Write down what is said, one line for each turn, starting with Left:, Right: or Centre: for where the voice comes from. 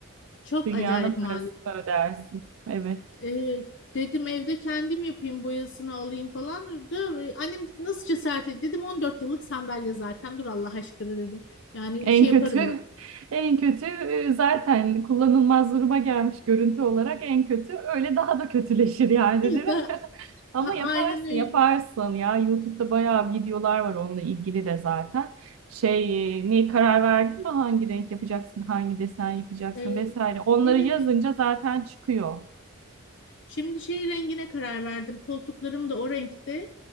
Left: çok
Right: Dünyanın
Left: acayip
Right: parası
Left: maliyet.
Right: ödersin. Evet.
Left: Evet, dedim evde kendim yapayım boyasını alayım falan. Da, annem nasıl cesaret etti? Dedim 14 yıllık sandalye zaten dur Allah aşkına dedim. Yani
Right: En
Left: şey
Right: kötü,
Left: yaparım ben.
Right: <laughs> en kötü e, zaten kullanılmaz duruma gelmiş görüntü olarak en kötü. Öyle daha da kötüleşir yani
Left: <laughs>
Right: değil mi?
Left: Da,
Right: <laughs> Ama
Left: a-
Right: yaparsın,
Left: aynen öyle.
Right: yaparsın ya. YouTube'da bayağı videolar var onunla ilgili de zaten. Şey, e, ne karar verdin mi? Hangi renk yapacaksın, hangi desen yapacaksın
Left: Ee,
Right: vesaire. Onları
Left: evet,
Right: yazınca zaten çıkıyor.
Left: Şimdi şey rengine karar verdim. Koltuklarım da o renkte.